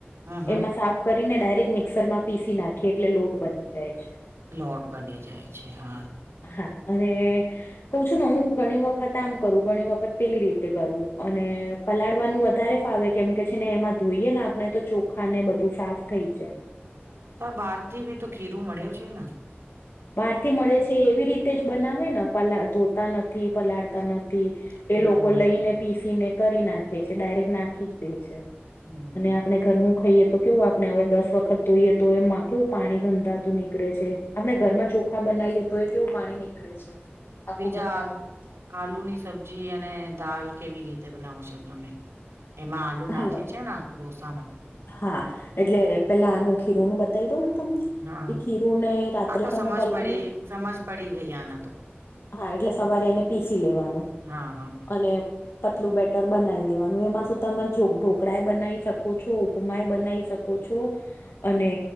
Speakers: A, on the right; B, on the left.
A: હમ હમ
B: એમાં સાફ કરીને ડાયરેક્ટ મિક્સરમાં પીસી નાખીએ એટલે લોટ બની જાય છે.
A: લોટ બની જાય છે હા.
B: હા, અને કોઉ છું નવુ ઘણી વખત આમ કરું ઘણી વખત પેલી રીતે કરું અને પલાળવાનું વધારે ફાવે કેમ કે છે ને એમાં ધોઈએ ને આપણે તો ચોખા ને બધું સાફ થઈ જાય.
A: તા બારથી બી તો ખીરું મળ્યો છે ના.
B: બારથી મળે છે એવી રીતે જ બનાવે ન પલા ધોતા નથી પલાળતા નથી. થી
A: હમ
B: એ લોકો લઈને પીસીને કરી નાખે છે ડાયરેક્ટ નાખી જ દે છે.
A: હમ હમ
B: અને આપણે ઘરનું ખાઈએ તો કેવું આપણે હવે દસ વખત ધોઈએ તો એમાં કેવું પાણી ગંધાતું નીકળે છે આપણે ઘરમાં ચોખા બનાયે તોયે કેવું પાણી નીકળે છે. આખું
A: બીજા
B: ગંધાતું ગંધાતું
A: આલુની સબ્જી અને દાલ કેવી રીતે બનાવો છો તમે? એમાં આલુ નાખે
B: હા
A: છે ના ઢોસામાં?
B: હા, એટલે પેલા આનું ખીરનું બ દઈ દઉ તમને
A: હા
B: એ ખીરુંને રાત્રે
A: આ તો
B: તમે
A: સમજ
B: પલાળી
A: પડી સમજ પડી ગઈ આને તો
B: હા, એટલે સવારે એને પીસી લેવાનું
A: હા હા
B: અને પતલું બેટર બનાવી દેવાનું એમાં શું તમે ઢોકળા એ બનાય શકો છો. તો ઉપમાય બનાય શકો છો. અને